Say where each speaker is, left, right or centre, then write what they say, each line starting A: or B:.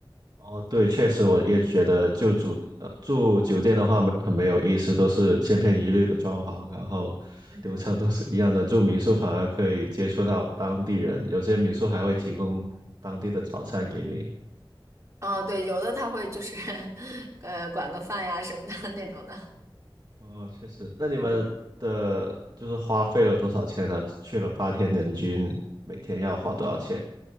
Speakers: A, on the right; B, on the right.
A: 哦，对，确实，我也觉得就住呃住酒店的话没很没有意思，都是千篇一律的装潢，然后流程都是一样的。
B: 嗯。
A: 住民宿反而可以接触到当地人，有些民宿还会提供当地的早餐给你。
B: 啊，对，有的他会就是 <laughs> 呃管个饭呀什么的 <laughs> 那种的。
A: 哦，确实。那你们的就是花费了多少钱呢？
B: 嗯
A: 去了八天，人均每天要花多少钱？